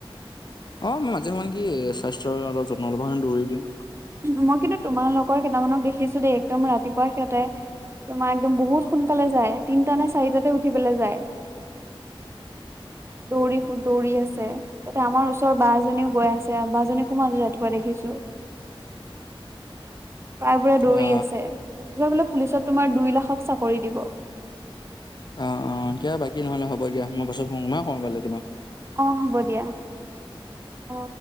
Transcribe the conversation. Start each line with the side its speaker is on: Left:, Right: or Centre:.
Left: অ মই মাজে সময়ে কি স্বাস্থ্যৰ অলপ যত্ন লবকাৰনে দৌৰি দিওঁ
Right: মই কিন্তু তোমাৰ লগৰ কেইটামানক দেখিছো দেই একদম ৰাতিপুৱাই সিহঁতে তোমাৰ একদম বহুত সোনকালে যায় তিনিটা নে চাৰিটাতে উঠি পেলাই যায় দৌৰি ফু দৌৰি আছে ত আমাৰ ওচৰৰ বাএজনীও গৈ আছে বা জনীকো মই আজি ৰাতিপুৱা দেখিছো প্ৰায়বোৰে দৌৰি
Left: অ
Right: আছে এইবাৰ বোলে পুলিচত তোমাৰ দুই লাখক চাকৰি দিব
Left: অ অ কবা বাকী নহলে হ'ব দিয়া মই পাছত ফোন কৰিম হা সময় পালে তোমাক
Right: অ হ'ব দিয়া অ